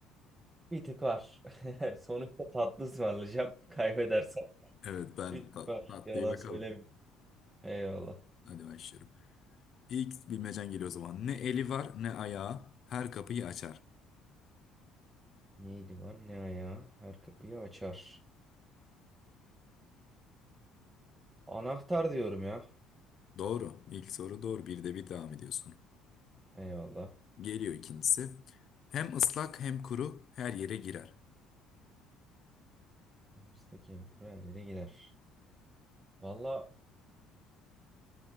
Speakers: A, on the right; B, on the left.
A: Bir tık var. <laughs> Sonuçta tatlı ısmarlayacağım. <laughs> Kaybedersem.
B: Evet, ben
A: Bir tık
B: pat-
A: var.
B: patlayı
A: Yalan
B: bakalım.
A: söylemeyeyim. Eyvallah.
B: Hadi başlıyorum. İlk bilmecen geliyor o zaman. Ne eli var ne ayağı, her kapıyı açar.
A: Neydi var? Ne ayağı? Her kapıyı açar. Anahtar diyorum ya.
B: Doğru. İlk soru doğru. Bir de bir devam ediyorsun.
A: Eyvallah.
B: Geliyor ikincisi. Hem ıslak hem kuru her yere girer.
A: Aramızda kem kuru her yere girer. Valla